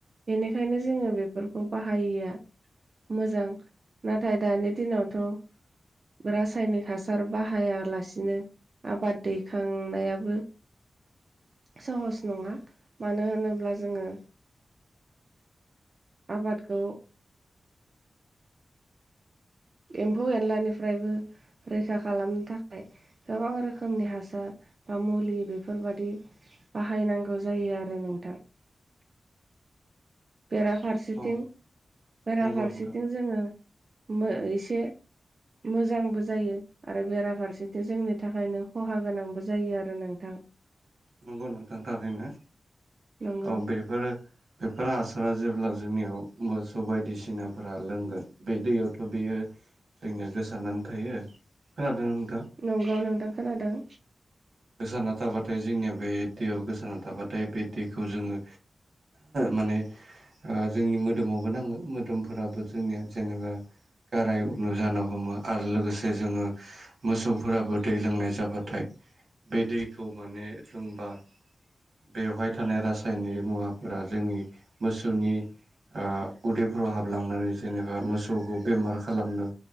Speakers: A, on the right; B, on the right.
A: बेनिखायनो जोङो बेफोरखौ बाहायिया मोजां नाथाय दानि दिनावथ' रासायनिक हासार बाहायालासिनो आबाद दैखांनायाबो सहस नङा मानो होनोब्ला जोङो आबादखौ एम्फौ एनलानिफ्रायबो रैखा खालामनो थाखाय गोबां रोखोमनि हासार बा मुलि बेफोरबादि बाहायनांगौ जायो आरो नोंथां।
B: <inaudible>
A: बेराफारसेथिं
B: औ
A: बेराफारसेथिं
B: नंगौ नोंथां
A: जोङो मो एसे मोजांबो जायो आरो बेराफारसेथिं जोंनि थाखायनो खहा गोनांबो जायो आरो नोंथां। <inaudible>
B: नंगौ नोंथां थारैनो
A: नंगौ
B: औ बेफोरो बेफोर हासारा जेब्ला जोंनियाव मोसौ बायदिसिनाफोरा लोंगोन बे दैयावथ' बेयो जोंनिया गोसारनानै थायो खोनादोंना नों
A: नंगौ नोंथां खोनादों।
B: गोसाना थाबाथाय जोंनिया बे दैयाव गोसारारना थाबाथाय बे दैखौ जोङो माने ओ जोंनि मोदोमावबो नाङो मोदोमफोराबो जोंनिया जेनेबा गाराय नु जानो हमो आरो लोगोसे जोङो मोसौफोराबो दै लोंनाय जाबाथाय बे दैखौ माने लोंबा बेवहाय थानाय रासायनिक मुवाफोरा जोंनि मोसौनि ओ उदैफोराव हाबलांनानै जेनेबा मोसौखौ बेमार खालामनो